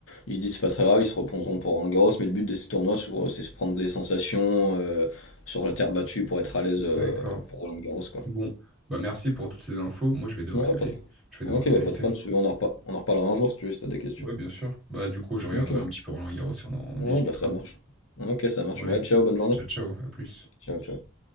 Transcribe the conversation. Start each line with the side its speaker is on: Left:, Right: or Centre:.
Left: ils se disent c'est pas très grave, ils se reposeront pour un Garros, mais le but de ces tournois sur- c'est se prendre des sensations euh, sur la terre battue pour être à l'aise euh,
Centre: D'accord.
Left: pour Roland Garros quoi.
Centre: Bon, bah merci pour toutes ces infos. Moi, je vais devoir
Left: Ouais,
Centre: y aller.
Left: pas de...
Centre: Je vais devoir
Left: Ok
Centre: te
Left: bah
Centre: laisser.
Left: pas de problème, si tu veux, on en repa- on en reparlera un jour si tu veux, si t'as des questions.
Centre: Ouais, bien sûr. Bah, du coup, je regarderai
Left: Ok,
Centre: un petit peu Roland Garros et on en on en
Left: ouais
Centre: discutera.
Left: bah ça marche. Ok ça marche,
Centre: Bon, allez.
Left: ouais ciao, bonne journée.
Centre: Ciao, ciao, à plus.
Left: Ciao ciao.